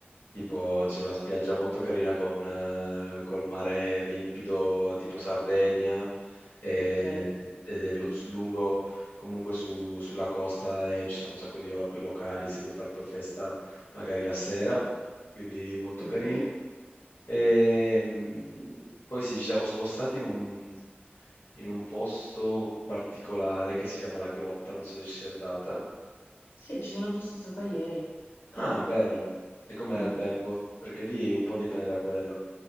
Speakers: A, on the left; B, on the left.
A: Tipo c'è una spiaggia molto carina con, eh, col mare limpido, tipo Sardegna, e-
B: Ok.
A: ed è lu- su- lungo comunque su- sulla costa e ci sono un sacco di lo- locali se vuoi fare poi festa magari la sera, quindi molto
B: mhm.
A: carino. E, mm, poi sì, ci siamo spostati in un, in un posto particolare che si chiama La Grotta, non so se ci sei andata.
B: Sì, ci sono giusto stata ieri.
A: Ah, bello. E com'era
B: Mm-mm.
A: il tempo? Perché lì un po' dipende da quello.